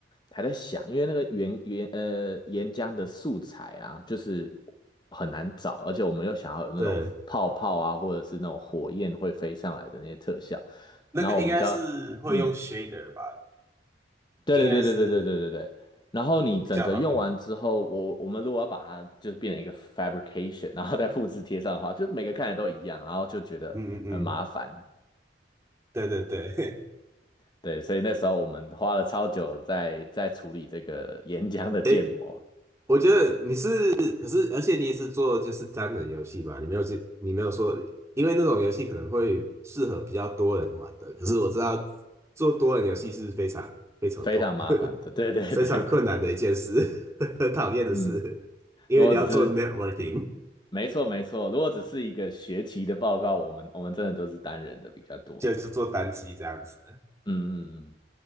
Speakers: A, on the left; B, on the right.
A: 还在想，因为那个岩岩呃岩浆的素材啊，就是。很难找，而且我们又想要有那种泡泡啊，
B: 对。
A: 或者是那种火焰会飞上来的那些特效，
B: 那个应该是会用
A: 然后我们就要，嗯，
B: shader 吧，
A: 对对对对对对对对对，
B: 应该是
A: 然后你整个用完之后，
B: 比较方便。
A: 我我们如果要把它就是变成一个 fabrication，然后再复制贴上的话，就每个看起来都一样，然后就觉得很麻烦，
B: 嗯嗯嗯，对对对，
A: 对，所以那时候我们花了超久在在处理这个岩浆的建模，
B: <laughs> 诶，我觉得你是，可是而且你也是做就是单人游戏嘛，你没有去，你没有说，因为那种游戏可能会适合比较多人玩的，可是我知道做多人游戏是非常非常痛，
A: 非常麻烦的，
B: <laughs>
A: 对对对对，
B: 非常困难的一件事，<laughs> 很讨厌的事，
A: 嗯。
B: 因为你要做
A: 如果只是
B: networking，
A: 没错没错。如果只是一个学期的报告，我们我们真的都是单人的比较多。
B: 就是做单机这样子。
A: 嗯嗯嗯，